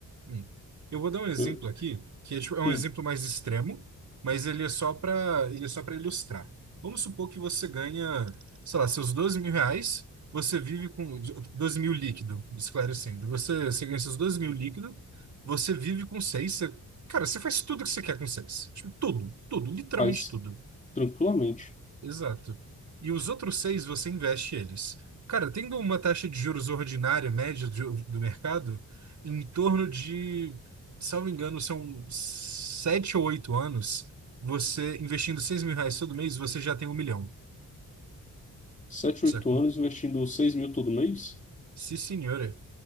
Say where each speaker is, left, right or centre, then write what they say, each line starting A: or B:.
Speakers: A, on the right; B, on the left.
A: Hum. Eu vou dar um exemplo
B: Eu,
A: aqui, que é tipo- é um
B: hum,
A: exemplo mais extremo, mas ele é só para ele é só para ilustrar. Vamos supor que você ganha, sei lá, seus doze mil reais, você vive com doze mil líquido, esclarecendo. Você, você ganha seus doze mil líquido, você vive com seis. você- cara, você faz tudo que você quer com seis. Tipo, tudo, tudo, literalmente
B: faz
A: tudo.
B: tranquilamente.
A: Exato. E os outros seis você investe eles. Cara, tendo uma taxa de juros ordinária, média do, do mercado, em torno de, salvo engano, são sete ou oito anos, você investindo seis mil reais todo mês, você já tem um milhão,
B: sete,
A: sacou?
B: oito anos investindo 6 mil todo mês?
A: Sim, senhora.